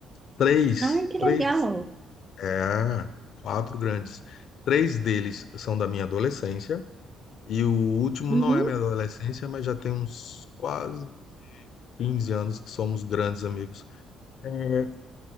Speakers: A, on the left; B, on the right.
A: três,
B: Ai, que
A: três.
B: legal.
A: É, quatro grandes. Três deles são da minha adolescência, e o último
B: Uhum,
A: não é minha adolescência, mas já tem uns quase 15 anos que somos grandes amigos. É